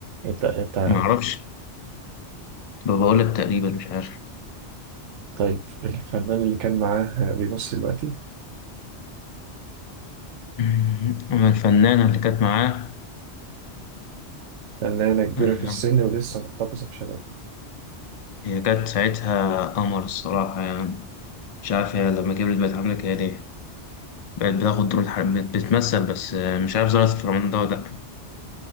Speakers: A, on the right; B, on the left.
A: انت انت
B: ما أعرفش بقول لك تقريبا مش عارف <laughs>
A: طيب الفنان اللي كان معاه بيمثل دلوقتي
B: <clears throat> أما الفنانة اللي كانت معاه
A: فنانة كبيرة
B: آه،
A: في السن ولسه محتفظة بشبابها
B: هي كانت ساعتها قمر الصراحة يعني مش عارف هي لما كبرت بقت عاملة كده ليه بقت بتاخد دور الح- بت- بتمثل بس آه، مش عارف ظهرت في رمضان ده ولا لأ